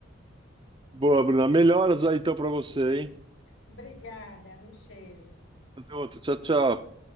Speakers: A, on the right (about 25°); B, on the left (about 75°).
A: boa, Bruna. Melhoras aí então pra você, hein?
B: Obrigada, um cheiro.
A: Até outra. Tchau, tchau.